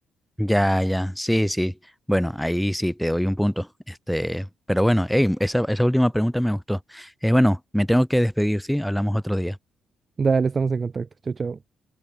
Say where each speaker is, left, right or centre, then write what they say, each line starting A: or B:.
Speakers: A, in the centre; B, on the right.
A: Ya, ya, sí, sí. Bueno, ahí sí te doy un punto. Este, pero bueno, ey, esa, esa última pregunta me gustó. Eh, bueno, me tengo que despedir, ¿sí? Hablamos otro día.
B: Dale, estamos en contacto. Chao, chao.